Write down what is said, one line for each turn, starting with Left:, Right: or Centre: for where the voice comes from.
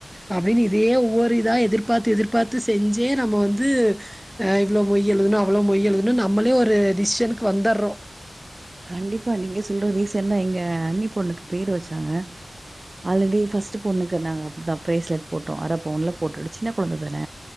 Centre: அப்டின்னு இதே ஒவ்வொரு இதா எதிர்பாத்து எதிர்பாத்து செஞ்சே நம்ம வந்து அ இவ்ளோ மொய் எழுதணு அவ்ளோ மொய்எழுதனு நம்மளே ஒரு டிசிஷனுக்கு வந்தறோ ட
Right: கண்டிப்பா நீங்க சொல்ற ரீசெண்டா எங்க அன்னி பொண்ணுக்கு பேரு வச்சாங்க ஆல்ரெடி ஃபர்ஸ்ட்டு பொண்ணுக்கு நாங்க அப்டித்தா பிரேஸ்லெட் போட்டோ அர பவுன்னுல போட்டுட்ச் சின்ன குழந்த தான